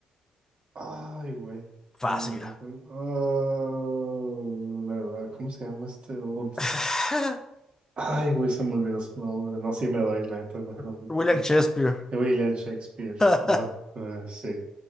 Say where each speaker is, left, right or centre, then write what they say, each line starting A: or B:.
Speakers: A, on the right (about 45°); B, on the left (about 20°).
A: Ay, güey. Cambio.
B: Fácil.
A: Ah, ¿verdad? ¿Cómo se llama este dude?
B: <laughs>
A: Ay, güey, se me olvidó su nombre. No, sí me doy la neta. no, no.
B: William Shakespeare.
A: William Shakespeare.
B: <laughs>
A: Ah, ah, sí,